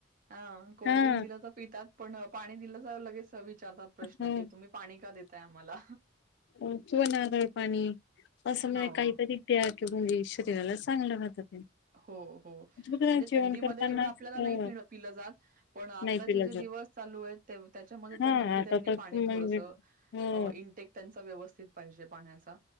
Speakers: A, on the right; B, on the left.
A: हा कोल्ड्रिंक
B: हां.
A: दिलं तर पितात पण पाणी दिलं तर लगेच विचारतात प्रश्न
B: हो
A: की तुम्ही पाणी का दताय आम्हाला
B: किंवा नारळ पाणी, असं म
A: हो
B: काहीतरी तयार करून देऊ शकतो. शरीराला चांगलं राहतं. ते.
A: हो हो,
B: बघा
A: म्हणजे
B: जेवण
A: थंडीमध्ये
B: करतानाच
A: एवढं आपल्याला
B: हो
A: नाही पलं पिल जात. पण आताचे
B: नाही पिलं
A: जे दिवस
B: जात.
A: चालू आहेत त्याच्यामध्ये
B: हां
A: तर नक्की
B: आता
A: त्यांनी
B: तर
A: पाणी
B: म्हणजे
A: थोडस
B: हो
A: इनटेक त्यांचा व्यवस स्थित पाहिजे पाण्याचा.